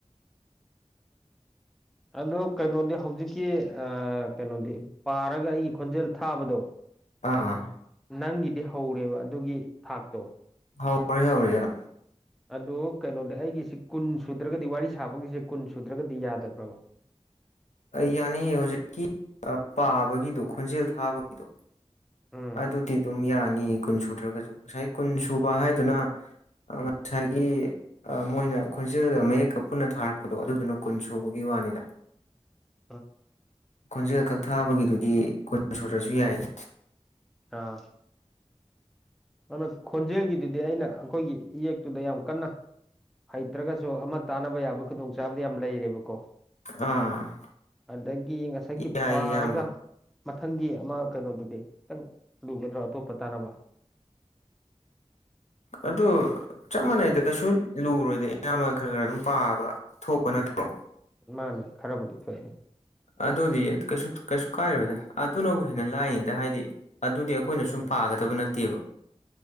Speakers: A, in the centre; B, on the left (about 80°).
A: ꯑꯗꯣ ꯀꯩꯅꯣꯗꯤ ꯍꯧꯖꯤꯛꯀꯤ ꯑ ꯀꯩꯅꯣꯗꯤ ꯄꯥꯔꯒ ꯑꯩꯒꯤ ꯈꯣꯟꯖꯦꯜ ꯊꯥꯕꯗꯣ
B: ꯑꯥ
A: ꯅꯪꯒꯤꯗꯤ ꯍꯧꯔꯦꯕ ꯑꯗꯨꯒꯤ ꯊꯥꯛꯇꯣ
B: ꯍꯧꯔꯦ ꯍꯧꯔꯦ ꯍ
A: ꯑꯗꯣ ꯀꯩꯅꯣꯗꯤ ꯑꯩꯒꯤꯁꯤ ꯀꯨꯟ ꯁꯨꯗ꯭ꯔꯒꯗꯤ ꯋꯥꯔꯤ ꯁꯥꯕꯒꯤꯁꯦ ꯀꯨꯟ ꯁꯨꯗ꯭ꯔꯒꯗꯤ ꯌꯥꯗꯕ꯭ꯔꯕ <inaudible>
B: ꯑꯩ ꯌꯥꯅꯤꯌꯦ ꯍꯧꯖꯤꯛꯀꯤ ꯄꯥꯕꯒꯤꯗꯣ ꯈꯣꯟꯖꯦꯜ ꯊꯥꯕꯒꯤꯗꯣ
A: ꯎꯝ
B: ꯑꯗꯨꯗꯤ ꯑꯗꯨꯝ ꯌꯥꯅꯤꯌꯦ ꯀꯨꯟ ꯁꯨꯗ꯭ꯔꯒꯁꯨ ꯉꯁꯥꯏ ꯀꯨꯟ ꯁꯨꯕ ꯍꯥꯏꯗꯨꯅ ꯉꯁꯥꯏꯒꯤ ꯑ ꯃꯣꯏꯅ ꯈꯣꯟꯖꯦꯜꯒ ꯃꯌꯦꯛꯀ ꯄꯨꯟꯅ ꯊꯥꯔꯛꯄꯗꯣ ꯑꯗꯨꯗꯨꯅ ꯀꯨꯟ ꯁꯨꯕꯒꯤ ꯋꯥꯅꯤꯗ
A: ꯑ
B: ꯈꯣꯟꯖꯦꯜ ꯈꯛ ꯊꯥꯕꯒꯤꯗꯨꯗꯤ ꯀꯨꯟ ꯁꯨꯗ꯭ꯔꯁꯨ ꯌꯥꯏꯌꯦ
A: ꯑ ꯑꯗꯨꯅ ꯈꯣꯟꯖꯦꯜꯒꯤꯗꯨꯗꯤ ꯑꯩꯅ ꯑꯩꯈꯣꯏꯒꯤ ꯏꯌꯦꯛꯇꯨꯗ ꯌꯥꯝ ꯀꯟꯅ ꯍꯩꯇ꯭ꯔꯒꯁꯨ ꯑꯃ ꯇꯥꯟꯅꯕ ꯌꯥꯕ ꯈꯨꯗꯣꯡꯆꯥꯥꯕꯗꯤ ꯌꯥꯝ ꯂꯩꯔꯦꯕꯀꯣ
B: ꯑꯥ
A: ꯑꯗꯒꯤ ꯉꯁꯥꯏꯒꯤ
B: ꯌꯥꯏ
A: ꯄꯥꯔꯒ
B: ꯏꯌꯥꯝꯕ
A: ꯃꯊꯪꯒꯤ ꯑꯃ ꯀꯩꯅꯣꯗꯨꯗꯤ ꯈꯤꯇꯪ ꯂꯨꯒꯗ꯭ꯔꯣ ꯑꯇꯣꯞꯄ ꯇꯥꯟꯅꯕ
B: ꯑꯗꯨ ꯆꯞ ꯃꯥꯟꯅꯩꯗ ꯀꯩꯁꯨ ꯂꯨꯔꯣꯏꯗ ꯏꯌꯥꯝꯕꯅ ꯈꯔ ꯈꯔ ꯑꯗꯨꯝ ꯄꯥꯕ ꯊꯣꯛꯄ ꯅꯠꯇ꯭ꯔꯣ
A: ꯃꯥꯅꯦ ꯈꯔꯕꯨꯗꯤ ꯊꫭꯛꯑꯦ ꯑꯗꫭ
B: ꯑꯗꯨꯗꯤ ꯀꯩꯁꯨ ꯀꯩꯁꯨ ꯀꯥꯏꯔꯣꯏꯗ ꯑꯗꯨꯅꯕꯨ ꯍꯦꯟꯅ ꯂꯥꯏꯅꯤꯗ ꯍꯥꯏꯗꯤ ꯑꯗꯨꯗꯤ ꯑꯩꯈꯣꯏꯅ ꯁꯨꯝ
A: ꯎꯝ
B: ꯄꯥꯒꯗꯕ ꯅꯠꯇꯦꯕ